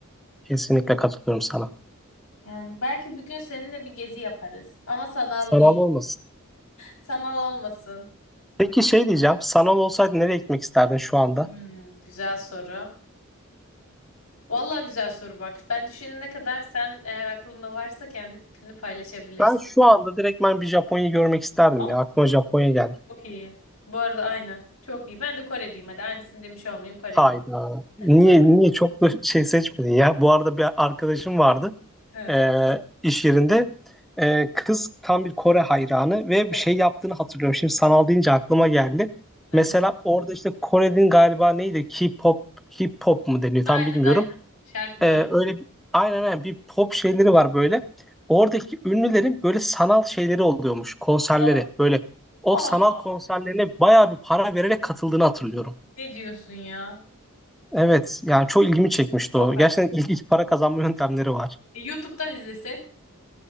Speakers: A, in the centre; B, on the left.
A: Kesinlikle katılıyorum sana.
B: Yani belki bir gün seninle bir gezi yaparız. Ama sanal
A: Sanal
B: değil.
A: olmasın.
B: Sanal olmasın.
A: Peki şey diyeceğim. Sanal olsaydı nereye gitmek isterdin şu anda?
B: Hmm, güzel soru. Vallahi güzel soru bak. Ben düşünene kadar sen eğer aklında varsa kendi fikrini paylaşabilirsin.
A: Ben şu anda direktmen bir Japonya'yı görmek isterdim
B: Aa,
A: ya. Aklıma Japonya geldi.
B: Çok iyi. Bu arada aynen. Çok iyi. Ben de Kore diyeyim hadi. Aynısını demiş olmayayım Kore
A: Hayda.
B: diyeyim.
A: Niye
B: <laughs> Tamam.
A: niye çok da şey seçmedin ya? Bu arada bir arkadaşım vardı
B: Hı.
A: eee, iş yerinde. Eee, kız tam bir Kore hayranı ve
B: Yok.
A: bir şey yaptığını hatırlıyorum. Şimdi sanal deyince aklıma geldi.
B: Hı
A: Mesela
B: hı.
A: orada işte Kore'nin galiba neydi? K-pop, K-pop mu deniyor
B: Aynen
A: tam bilmiyorum.
B: aynen. Şarkılar.
A: Ee, öyle bir- aynen aynen bir pop şeyleri var böyle. Oradaki ünlülerin böyle sanal şeyleri oluyormuş konserleri.
B: Tamam.
A: Böyle o
B: Allah
A: sanal
B: Allah.
A: konserlerine bayağı bir para vererek katıldığını hatırlıyorum.
B: Ne diyorsun ya?
A: Evet yani çok ilgimi çekmişti
B: Yok
A: o.
B: artık.
A: Gerçekten ilginç para kazanma yöntemleri var.
B: E, YouTube'dan izlesin.